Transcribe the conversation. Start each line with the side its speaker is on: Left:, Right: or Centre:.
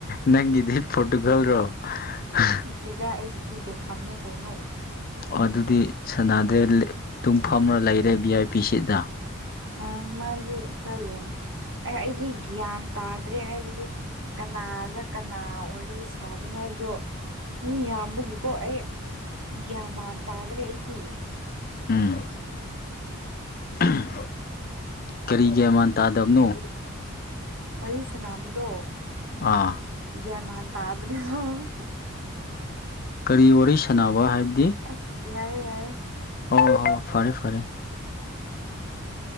Left: ꯅꯪꯒꯤꯗꯤ ꯄꯣꯔꯇꯨꯒꯜꯔꯣ <unintelligible>
Right: ꯅꯇꯦꯗ ꯑꯩꯒꯤꯗꯤ ꯕꯦꯈꯝꯅꯦ ꯀꯩꯅꯣ꯫
Left: ꯑꯗꯨꯗꯤ ꯁꯅꯥꯗꯦ ꯂꯦ ꯑꯗꯨꯝ ꯐꯝꯔ ꯂꯩꯔꯦ ꯚꯤ ꯑꯥꯏ ꯄꯤ ꯁꯤꯠꯗ꯫
Right: ꯎꯝ ꯃꯥꯗꯤ ꯈꯔ ꯂꯦꯝꯑꯦ ꯑꯩ ꯑꯩꯗꯤ ꯒ꯭ꯌꯥꯟ ꯇꯥꯗ꯭ꯔꯦ ꯍꯥꯏꯕꯗꯤ ꯀꯅꯥꯗ ꯀꯅꯥ ꯋꯥꯔꯤ ꯁꯥꯕꯅꯣ ꯍꯥꯏꯕꯗꯣ꯫ ꯃꯤ ꯌꯥꯝꯕꯒꯤꯀꯣ ꯑꯩ ꯒ꯭ꯌꯥꯟ ꯃꯥꯟ ꯇꯥꯗ꯭ꯔꯦ ꯑꯩꯗꯤ꯫
Left: ꯎꯝ <unintelligible> ꯀꯔꯤ ꯒ꯭ꯌꯥꯟ ꯃꯥꯟ ꯇꯥꯗꯕꯅꯣ꯫
Right: ꯋꯥꯔꯤ ꯁꯥꯟꯅꯕꯗꯣ꯫
Left: ꯑꯥ꯫
Right: ꯒ꯭ꯌꯥꯟꯃꯥꯟ ꯇ꯭ꯔꯦꯕ <unintelligible>
Left: ꯀꯔꯤ ꯋꯥꯔꯤ ꯁꯥꯟꯅꯕ ꯍꯥꯏꯕꯗꯤ
Right: ꯑꯁ ꯌꯥꯔꯦ ꯌꯥꯔꯦ
Left: ꯑꯣ ꯍꯣ ꯐꯔꯦ ꯐꯔꯦ <inaudible>